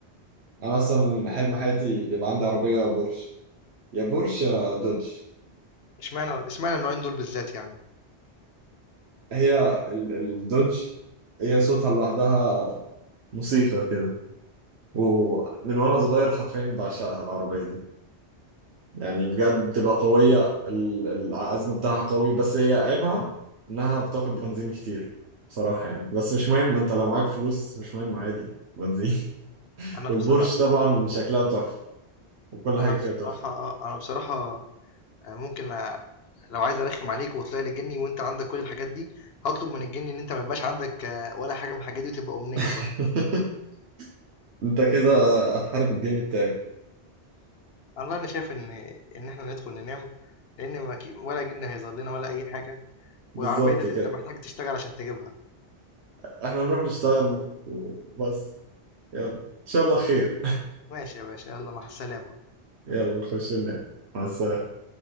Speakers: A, on the right; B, on the left.
A: أنا أصلا حلم حياتي يبقى عندي عربية بورش يا بورش يا دوج
B: اشمعنى اشمعنى النوعين دول بالذات يعني؟
A: هي ال- الدوج هي صوتها لوحدها موسيقى كده ومن وأنا صغير حرفيا بعشقها العربية دي يعني بجد بتبقى قوية ال- العزم بتاعها قوي بس هي عيبها إنها بتاخد بنزين كتير بصراحة يعني بس مش مهم أنت لو معاك فلوس مش مهم عادي بنزين
B: أنا
A: والبورش
B: بصرا
A: طبعا شكلها تحفة وكل
B: أنا
A: حاجة
B: بصراحة
A: فيها تحفة
B: آه، أنا بصراحة آآ ممكن أ لو عايز أرخّم عليك وطلع لي جِني وأنت عندك كل الحاجات دي، هاطلب من الجِن إن أنت ما يبقاش عندك آه، ولا حاجة من الحاجات دي وتبقى أمنية
A: <laughs>
B: بقى،
A: انت كده هتحارب الجني بتاعي
B: والله أنا شايف إن إن إحنا ندخل ننام، لإن ما ك ولا جِن هيظهر لنا ولا أي حاجة، والعربية
A: بالظبط
B: ديّة
A: كده
B: أنت محتاج تشتغل عشان تجيبها.
A: احنا نروح نشتغل وبس يلا ان شاء الله خير
B: ماشي يا باشا يلا مع السلامة
A: <laughs> يلا نخش ننام مع السلامة